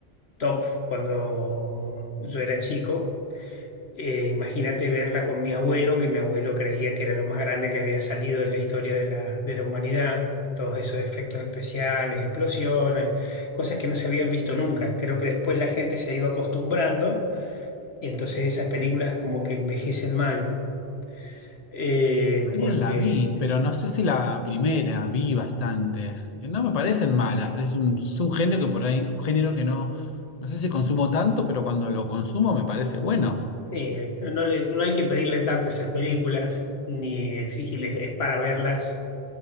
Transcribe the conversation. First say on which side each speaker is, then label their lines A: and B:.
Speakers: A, on the left (about 85°); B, on the left (about 40°).
A: top cuando yo era chico. Eh, imagínate verla con mi abuelo, que mi abuelo creía que era lo más grande que había salido en la historia de la, de la humanidad. Todos esos efectos especiales, explosiones, cosas que no se habían visto nunca. Creo que después la gente se ha ido acostumbrando y entonces esas películas como que envejecen mal, eh,
B: Alguien
A: porque
B: la vi, pero no sé si la primera, vi bastantes. Y No me parecen malas, es un, es un género que por ahí, un género que no, no sé si consumo tanto, pero cuando lo consumo me parece bueno.
A: eh, no le- no hay que pedirle tanto a esas películas ni exigirles, es para verlas